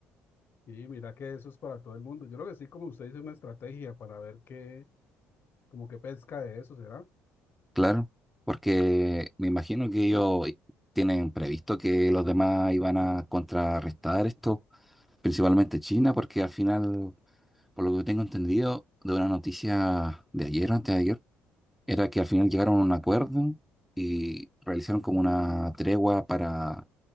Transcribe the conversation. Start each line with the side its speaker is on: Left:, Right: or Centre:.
Left: Y mira que eso es para todo el mundo. Yo creo que sí, como usted dice, una estrategia para ver qué, como qué pesca de eso será.
Centre: Claro, porque me imagino que ellos tienen previsto que los demás iban a contrarrestar esto, principalmente China, porque al final, por lo que tengo entendido, de una noticia de ayer, antes de ayer, era que al final llegaron a un acuerdo y realizaron como una tregua para